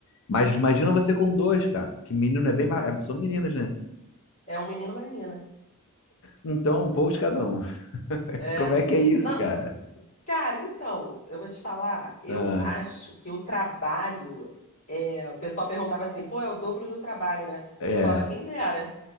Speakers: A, on the left; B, on the left.
A: Mas imagina você com dois, cara. Que menino é bem mais. é- São meninos, né?
B: é um menino, e uma menina.
A: Então, um pouco de cada um. <laughs>
B: É.
A: Como é que é isso,
B: Não,
A: cara?
B: cara, então, eu vou te falar, eu
A: Ah,
B: acho que o trabalho é, o pessoal perguntava assim, pô, é o dobro do trabalho, né?
A: é.
B: Eu falava, quem dera,